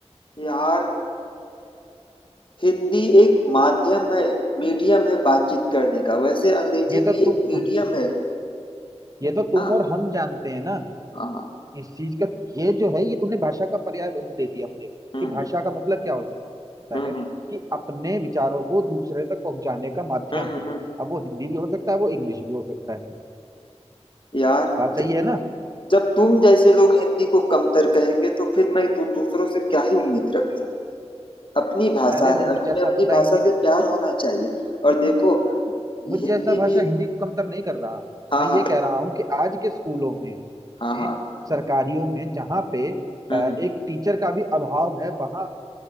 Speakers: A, on the left; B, on the right.
A: यार हिंदी एक माध्यम है मीडियम है बातचीत करने का वैसे अंग्रेजी
B: ये
A: भी
B: तो
A: एक
B: तुम
A: मीडियम है
B: ये तो तुम
A: ना
B: और हम जानते हैं ना
A: हाँ हाँ,
B: इस चीज का ये जो है ये तुमने भाषा का पर्याय दे दिया मुझे
A: हम्म
B: कि भाषा
A: हम्म
B: का मतलब क्या होता
A: हम्म
B: है कि अपने विचारों को दूसरे तक पहुंचाने का माध्यम
A: हम्म हम्म
B: है
A: हम्म।
B: अब वो हिंदी भी हो सकता है वो इंग्लिश भी हो सकता है
A: यार
B: बात सही
A: जब
B: है ना
A: जब तुम जैसे लोग हिंदी को कमतर कहेंगे तो फिर मैं दू, दूसरों से क्या ही उम्मीद रखूं अपनी भाषा
B: अरे
A: है
B: मुझ
A: और हमें
B: जैसा
A: अपनी
B: बंदा
A: भाषा
B: हिंदी में
A: से प्यार होना चाहिए और देखो हिंदी
B: मुझ जैसा भाषा
A: भी
B: हिंदी को कमतर नहीं कर रहा
A: हाँ
B: मैं ये
A: हाँ
B: कह रहा हूँ कि आज के स्कूलों में
A: हाँ हाँ
B: सरकारियों में जहाँ पे अ,
A: हम्म
B: एक टीचर का भी अभाव है वहां